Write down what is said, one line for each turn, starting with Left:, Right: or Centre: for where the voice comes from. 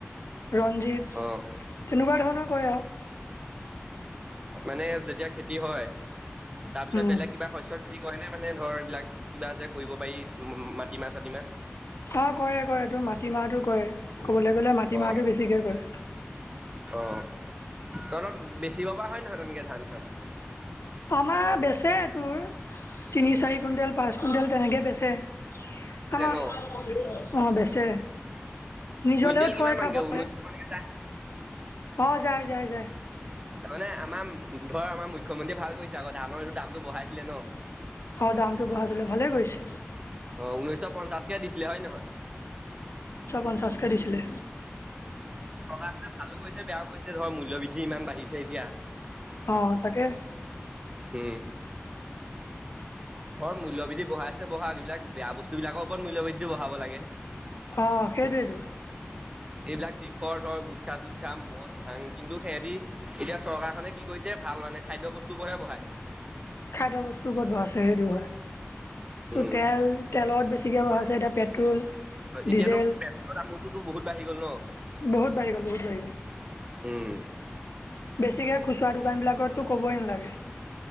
Left: ৰঞ্জিত
Right: অ
Left: তেনেকুৱা ধৰণৰ কৰে আৰু।
Right: মানে যেতিয়া খেতি হয় তাৰপিছত
Left: উম
Right: বেলেগ কিবা শস্য খেতি কৰে নে মানে ধৰ এইবলাক কিবা যে কৰিব পাৰি উম, মাটিমাহ চাটিমাহ।
Left: অ, কৰে - কৰে তোৰ মাটিমাহটো কৰে ক'বলৈ গলে মাটিমাহটো
Right: অ
Left: বেছিকে কৰে।
Right: অ, তলত বেচিব পৰা হয় নহয় তেনেকে ধান চান।
Left: আমাৰ বেচে তোৰ তিনি চাৰি কুইণ্টেল পাচ কুইণ্টেল তেনেকে বেচে। আমাৰ
Right: ন
Left: অ, বেছে। <unintelligible> নিজলেও
Right: কুইণ্টেল কিমান
Left: থৈ
Right: মানকে
Left: খাবলে।
Right: ঊনৈশ মানকে যায়
Left: অ, যাই - যাই - যাই।
Right: তাৰ মানে আমাৰ ঘৰ আমাৰ মুখ্যমন্ত্ৰীয়ে ভাল কৰিছে আকৌ ধানৰ এইটো দামটো বঢ়াইছিলে ন।
Left: অ, দামটো বঢ়াছিলে ভালে কৰিছে।
Right: অহ, উনৈশ পঞ্চাশকে দিছিলে হয় নহয়।
Left: পঞ্চাছ কে দিছিলে।
Right: চৰকাৰখনে ভালো কৰিছে বেয়াও কৰিছে ধৰ মূল্য বৃদ্ধি ইমান বাঢ়িছে এতিয়া।
Left: অ, তাকে।
Right: উম ধৰ মূল্যবৃদ্ধি ব়াই আছে বহা যিবিলাক বেয়া বস্তু বিলাকৰ ওপৰত মূল্যবৃদ্ধি বঢ়াব লাগে
Left: অ, সেইটোৱেইটো।
Right: এইবিলাক শিখৰ ধৰ গোটখা চোট খা মদ ভাং কিন্তু সিহতি এতিয়া চৰকাৰখনে কি কৰিছে ভাল ভাল মানে খাদ্য বস্তু বোৰ হে বঢ়াইছে।
Left: খাদ্য বস্তুও বহুত বাছে সেইটো হয়। ত'
Right: উম,
Left: তেল - তেলত বেছিকে বঢ়াইছে এতিয়া তে পেট্ৰল
Right: এতিয়াতো
Left: ডিজেল
Right: পেট্ৰলৰ দামটোতো বহুত বাঢ়ি গ'ল ন।
Left: বহুত বাঢ়ি গ'ল বহুত বাঢ়ি গ'ল।
Right: উম
Left: বেছিকৈ খুচুৰা দোকানবিলাকতো ক'বই নালাগে।